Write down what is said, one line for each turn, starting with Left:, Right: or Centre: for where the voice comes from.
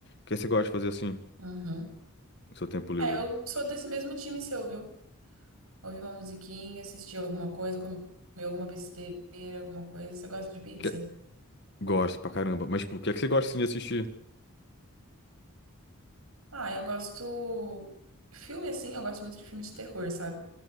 Left: que é que você gosta de fazer, assim,
Right: Uhum.
Left: no seu tempo livre?
Right: Ah, eu sou desse mesmo time seu, viu? Ouvir uma musiquinha, assistir alguma coisa, comer alguma besteira, alguma coisa. Você gosta de pizza?
Left: Que... Gosto pra caramba. Mas, tipo, o que é que você gosta, assim, de assistir?
Right: Ah, eu gosto. Filme assim, eu gosto muito de filme de terror, sabe?